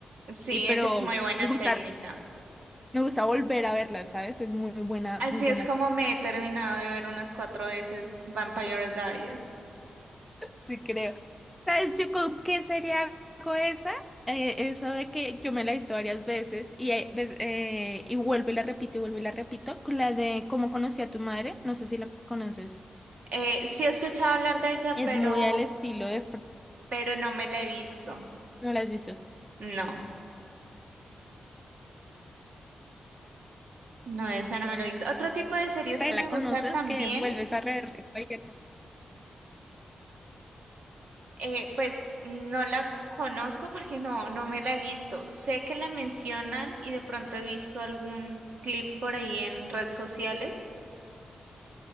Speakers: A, on the right; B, in the centre.
A: Sí,
B: Y pero
A: esa es muy buena
B: me gusta
A: técnica.
B: Me gusta volver a verla, ¿sabes? Es muy buena,
A: Así
B: muy buena.
A: es como
B: tra-
A: me he terminado de ver unas cuatro veces Vampire Diaries.
B: Sí, creo. ¿Sabes yo con qué sería hago esa? Eh, eso de que yo me la he visto varias veces y, eh, de- eh, y vuelvo y la repito y vuelvo y la repito. Con la de Cómo conocí a tu madre, no sé si la conoces.
A: Eh, sí he escuchado hablar de ella,
B: Es
A: pero,
B: muy al estilo de... Fr-
A: pero no me la he visto.
B: No la has visto.
A: No, no, esa no me la he visto. Otro tipo de series
B: Pero
A: que me
B: la
A: gusta
B: conoces
A: también,
B: que vuelves a reverla. cualquier.
A: eh, pues no la conozco porque no, no me la he visto. Sé que la mencionan y de pronto he visto algún clip por ahí en redes sociales,